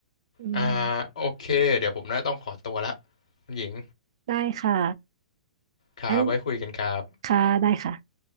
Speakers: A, on the right; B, on the left.
A: อืม
B: อ่าโอเคเดี๋ยวผมน่าต้องขอตัวละคุณหญิง
A: ได้ค่ะ
B: ครับไว้คุยกันครับ
A: งั้นค่ะได้ค่ะ